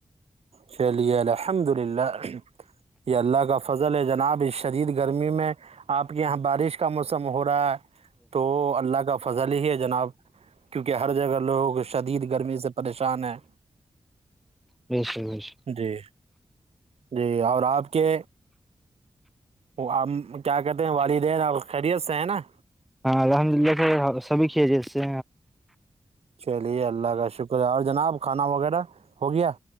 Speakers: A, on the right; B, in the centre.
A: چلیے الحمد للہ یہ اللہ کا فضل ہے جناب اس شدید گرمی میں آپ کے یہاں بارش کا موسم ہو رہا ہے تو اللہ کا فضل ہی ہے جناب کیونکہ ہر جگہ لوگوں کو شدید گرمی سے پریشان ہے
B: بیشک
A: جی جی اور آپ کے وہ آپ کیا کہتے ہیں والدین آ خیریت سے ہیں نا
B: ہاں الحمد للہ سے سبھی کھیے جیس سے
A: چلیے اللہ کا شکر ہے اور جناب کھانا وغیرہ ہو گیا